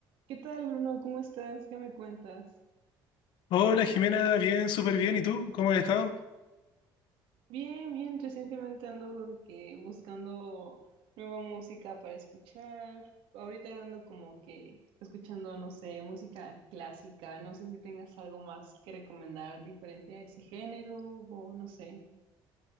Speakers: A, on the right (about 70°); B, on the left (about 65°).
A: ¿Qué tal, Bruno? ¿Cómo estás? ¿Qué me cuentas?
B: Hola Jimena, bien, súper bien. ¿Y tú? ¿Cómo has estado?
A: Bien, bien. Recientemente ando de que buscando nueva música para escuchar. Ahorita ando como que escuchando, no sé, música clásica. No sé si tengas algo más que recomendar diferente a ese género o no sé.